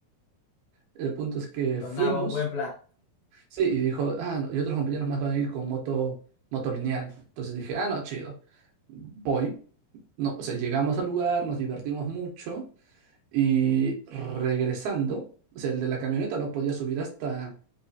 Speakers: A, on the right (about 80°); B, on the left (about 80°).
A: El punto es que
B: Sonaba
A: fuimos,
B: un buen plan.
A: sí, y dijo, ah, no, y otros compañeros más van a ir con moto, moto lineal. Entonces dije, ah, no, chido, voy. No, o sea, llegamos al lugar, nos divertimos mucho y regresando, o sea, el de la camioneta no podía subir hasta,